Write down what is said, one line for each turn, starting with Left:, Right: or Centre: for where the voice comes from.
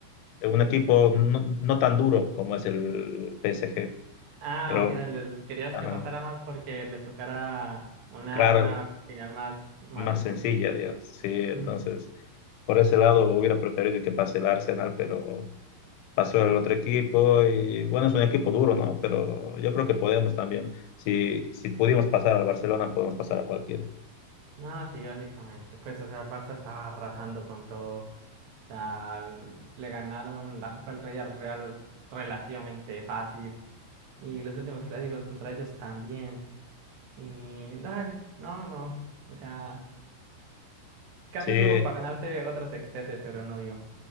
Left: eh, un equipo no, no tan duro como es el PSG,
Right: Ah,
Left: pero
Right: mira, le- querías
Left: ajá,
Right: que pasara más porque les tocara una,
Left: claro,
Right: una final más, más
Left: más
Right: decente.
Left: sencilla, digamos. Sí, entonces,
Right: Mm.
Left: por ese lado hubiera preferido que pase el Arsenal, pero... pasó el otro equipo y bueno, es un equipo duro, ¿no? Pero yo creo que podemos también. Si, si pudimos pasar al Barcelona, podemos pasar a cualquiera.
Right: No, sí, básicamente. Pues, o sea, el Barça estaba arrasando con todo. O sea, l- le ganaron la Copa del Rey al Real relativamente fácil. Y los últimos clásicos contra ellos también. Y dale, no, no. O sea, casi
Left: Sí,
Right: tuvo para ganarse otro sextete, pero no dio.